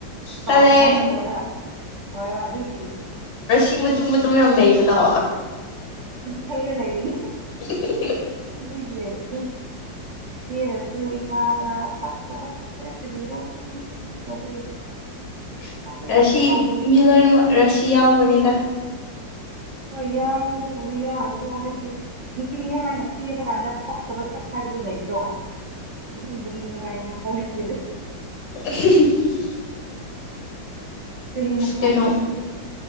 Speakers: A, on the left; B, on the right.
A: ꯆꯠꯂꯦ
B: ꯆꯥꯎꯕꯪꯗꯧꯔ ꯇꯧꯔꯦꯕ ꯑꯗꯨꯒꯤ
A: ꯏ ꯃꯇꯨꯝ ꯃꯇꯨꯝ ꯌꯥꯝ ꯂꯩꯕꯗꯣ
B: ꯍꯩꯔ ꯂꯩꯔꯤꯅꯤ
A: <unintelligible>
B: ꯑꯗꯨꯗ ꯍꯦꯒꯦ ꯍꯔꯁꯨ ꯏꯁꯥꯗ ꯄꯛꯇꯕ ꯍꯥꯏꯖꯔꯛ ꯀꯔꯤꯔꯣ ꯈꯪꯗꯦ ꯑꯗꯨꯃꯥꯏꯅ ꯇꯧꯕꯒꯤ
A: <unintelligible>
B: ꯅꯨꯡꯉꯥꯏꯇꯦꯗ
A: ꯔꯁꯤ
B: ꯇꯧꯔꯤꯕ
A: ꯃꯤꯂꯣꯏꯅꯃꯛ ꯔꯁꯤ ꯌꯥꯎꯕꯅꯤꯗ
B: ꯍꯣꯏ ꯌꯥꯎꯕꯕꯨꯗꯤ ꯌꯥꯎꯔꯁꯨ ꯍꯥꯏꯕꯗꯤ ꯅꯨꯄꯤꯅꯦ ꯍꯥꯏꯅ ꯀꯦꯕ ꯀꯥꯟꯗ ꯄꯛꯇꯕ ꯁꯛ ꯍꯥꯏꯕꯗꯨ ꯂꯩꯇ꯭ꯔꯣ ꯑꯗꯨꯒꯨꯝꯕꯗꯨꯗꯤꯕꯥꯏꯅ ꯇꯧꯔꯤꯒꯦꯗꯤ
A: <unintelligible>
B: ꯀꯔꯤ ꯃꯊꯦꯜꯅꯣ
A: ꯀꯩꯅꯣ
B: ꯅꯣꯏꯗꯤ